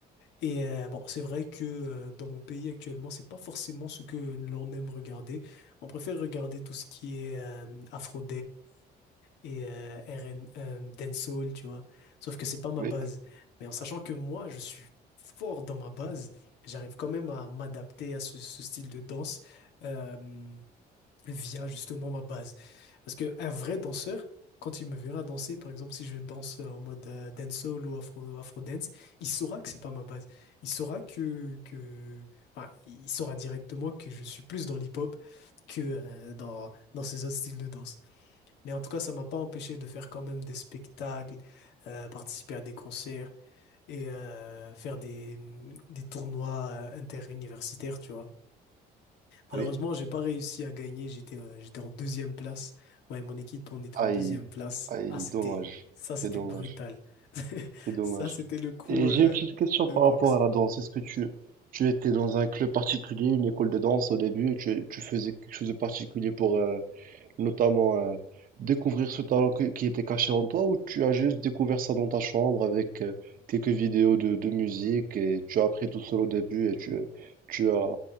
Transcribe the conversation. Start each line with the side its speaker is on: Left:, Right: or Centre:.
Left: Et euh, bon, c'est vrai que euh, dans mon pays actuellement, c'est pas forcément ce que l'on aime regarder. On préfère regarder tout ce qui est euh, afro et euh, RN, euh, dancehall, tu vois. Sauf que c'est pas ma
Right: Oui,
Left: base. Mais en sachant que moi, je suis fort dans ma base, j'arrive quand même à m'adapter à ce, ce style de danse euh, via justement ma base. Parce que un vrai danseur, quand il me verra danser, par exemple, si je danse en mode euh, dancehall ou afro, afro dance, il saura que c'est pas ma base. Il saura que, que, enfin, il saura directement que je suis plus dans l'hip-hop que euh, dans, dans ces autres styles de danse. Mais en tout cas, ça m'a pas empêché de faire quand même des spectacles, euh, participer à des concerts et euh, faire des, des tournois euh, interuniversitaires, tu vois. Malheureusement,
Right: oui.
Left: j'ai pas réussi à gagner. J'étais euh, j'étais en deuxième place. Ouais, mon équipe, on était
Right: Aïe,
Left: en deuxième place.
Right: aïe,
Left: Ah, c'était
Right: dommage.
Left: ça, c'était
Right: C'est dommage,
Left: brutal. <laughs>
Right: c'est dommage.
Left: Ça, c'était le coup
Right: Et
Left: euh,
Right: j'ai une petite question
Left: de
Right: par
Left: boxe.
Right: rapport à la danse. Est-ce que tu, tu étais dans un club particulier, une école de danse au début? Tu, tu faisais quelque chose de particulier pour, euh, Notamment, euh, découvrir ce talent que- qui était caché en toi ou tu as juste découvert ça dans ta chambre avec euh, quelques vidéos de, de musique et tu as appris tout seul au début et tu, tu as,